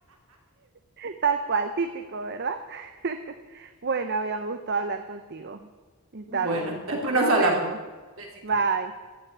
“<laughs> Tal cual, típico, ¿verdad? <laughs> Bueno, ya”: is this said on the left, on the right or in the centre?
Right